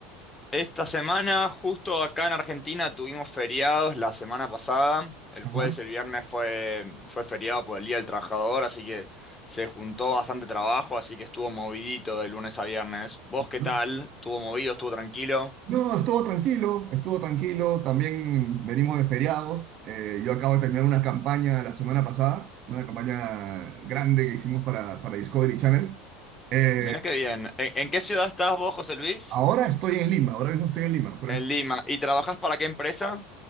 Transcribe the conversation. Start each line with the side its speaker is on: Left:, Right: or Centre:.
Left: Esta semana, justo acá en Argentina, tuvimos feriados la semana pasada. El
Right: Ajá.
Left: jueves y el viernes fue, fue feriado por el Día del Trabajador, así que se juntó bastante trabajo, así que estuvo movidito de lunes a viernes. ¿Vos
Right: ¿No?
Left: qué tal? ¿Estuvo movido? ¿Estuvo tranquilo?
Right: No, estuvo tranquilo, estuvo tranquilo. También venimos de feriados. Eh, yo acabo de terminar una campaña la semana pasada, una campaña grande que hicimos para, para Discovery Channel. Eh,
Left: Mirá qué bien. ¿En, en qué ciudad estás vos, José Luis?
Right: ahora estoy en Lima, ahora mismo estoy en Lima, pero
Left: En Lima. ¿Y trabajás para qué empresa?